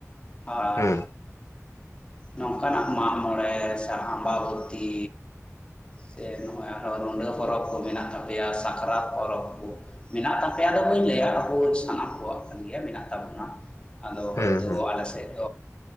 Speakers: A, on the left; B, on the left.
A: ᱟᱨ
B: ᱦᱩᱸ
A: ᱱᱚᱝᱠᱟ ᱱᱟᱜ ᱢᱟᱜ-ᱢᱚᱬᱮ ᱥᱮ ᱟᱢᱵᱟᱵᱚᱛᱤ ᱥᱮ ᱱᱚᱜᱼᱚᱭ ᱟᱨᱦᱚᱸ ᱨᱩᱰᱟᱹ ᱯᱚᱨᱚᱵᱽ ᱠᱚ ᱢᱮᱱᱟᱜ ᱛᱟᱯᱮᱭᱟ, ᱥᱟᱠᱨᱟᱛ ᱯᱚᱨᱚᱵᱽ ᱠᱚ, ᱢᱮᱱᱟᱜ ᱛᱟᱯᱮᱭᱟ ᱫᱚ ᱵᱟᱹᱧ ᱞᱟᱹᱭᱟ ᱟᱵᱚ ᱥᱟᱱᱟᱢ ᱠᱚᱣᱟᱜ᱾ ᱜᱮᱭᱟ ᱢᱮᱱᱟᱜ ᱛᱟᱵᱚᱱᱟ, ᱟᱫᱚ
B: ᱦᱩᱸ
A: ᱦᱳᱭᱛᱳ
B: ᱦᱩᱸ
A: ᱟᱞᱮ ᱥᱮᱫ